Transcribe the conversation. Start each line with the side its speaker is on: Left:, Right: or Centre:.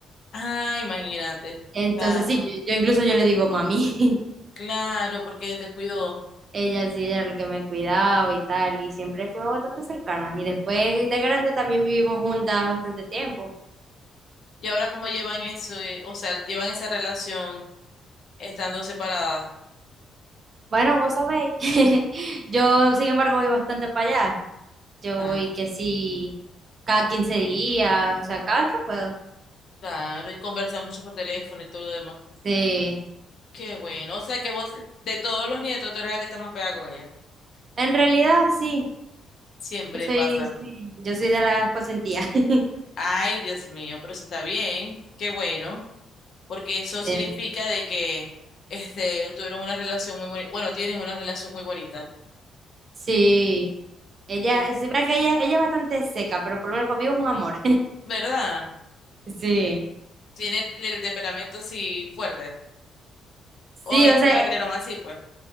Left: Ah, imagínate.
Right: Entonces,
Left: Claro,
Right: sí, yo, yo incluso yo le digo mami. <laughs>
Left: claro, porque ella te cuidó.
Right: Ella sí, ella era la que me cuidaba y tal, y siempre fuimos bastante cercanas. Y después de grande también vivimos juntas bastante tiempo.
Left: Y ahora cómo llevan eso, eh, o sea, llevan esa relación estando separadas.
Right: Bueno, vos sabéis, <laughs> yo sin embargo voy bastante para allá. Yo
Left: Claro,
Right: voy que sí, cada 15 días, o sea, cada vez que puedo.
Left: claro, y conversan mucho por teléfono y todo lo demás.
Right: Sí,
Left: Qué bueno. O sea que vos, de todos los nietos, tú eres la que está más pegada con ella.
Right: en realidad sí,
Left: Siempre
Right: yo soy,
Left: pasa.
Right: sí, yo soy de las consentidas. <laughs>
Left: Ay, Dios mío, pero eso está bien. Qué bueno. porque eso
Right: Sí,
Left: significa de que este, tuvieron una relación muy bonita, bueno, tienen una relación muy bonita,
Right: sí. Ella,
Left: Sí.
Right: sí, verdad que ella, ella es bastante seca, pero por lo menos conmigo es un amor.
Left: ¿verdad?
Right: <laughs> Sí.
Left: Tiene el temperamento sí fuerte,
Right: Sí,
Left: o ya
Right: o
Left: es que
Right: sea,
Left: la crearon
Right: eh,
Left: así, pues.